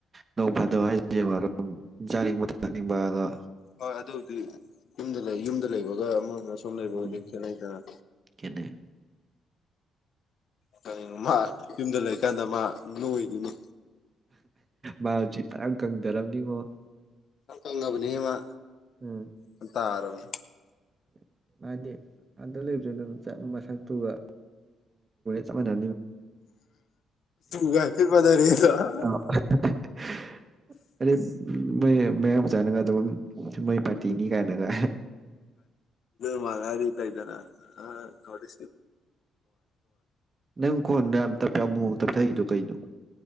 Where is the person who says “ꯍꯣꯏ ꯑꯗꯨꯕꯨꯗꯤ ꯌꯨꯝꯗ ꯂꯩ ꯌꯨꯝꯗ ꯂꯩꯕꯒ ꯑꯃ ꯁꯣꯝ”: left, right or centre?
Left